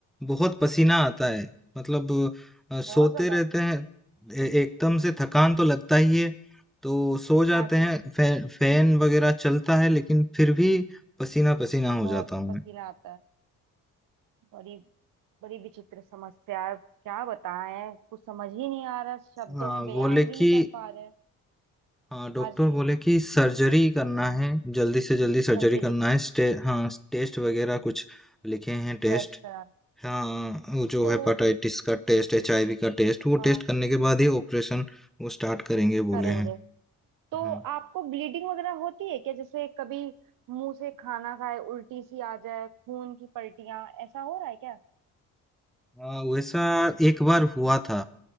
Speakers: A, in the centre; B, on the right (about 60°).
A: बहुत पसीना आता है मतलब अ, सोते
B: बहुत ज्यादा
A: रहते हैं ए- एकदम से थकान तो लगता ही है तो सो जाते
B: हाँ जी
A: हैं फै, फैन वगैरह चलता है लेकिन फिर भी पसीना पसीना हो
B: बहुत
A: जाता हूँ
B: पसीना
A: मैं
B: आता है बड़ी बड़ी विचित्र समस्या है क्या बताएं कुछ समझ ही नहीं आ रहा शब्दों
A: हाँ
B: में बयां
A: बोले
B: ही
A: कि
B: नहीं कर पा रहे हैं।
A: हाँ, डॉक्टर
B: हाँ जी
A: बोले कि सर्जरी करना है जल्दी से जल्दी सर्जरी
B: सर्जरी
A: करना है स्टे, हाँ टेस्ट वगैरह कुछ लिखे हैं टेस्ट
B: टेस्ट करा
A: हाँ वो जो
B: तो
A: हेपाटाइटिस का टेस्ट एचआईवी का टेस्ट वो
B: हाँ
A: टेस्ट करने के बाद ही ऑपरेशन वो स्टार्ट करेंगे
B: करेंगे
A: बोले हैं
B: तो
A: हाँ
B: आपको ब्लीडिंग वगैरह होती है क्या जैसे कभी मुंह से खाना खाए उल्टी सी आ जाए खून की पलटियां ऐसा हो रहा है क्या
A: आ, वैसा एक बार हुआ था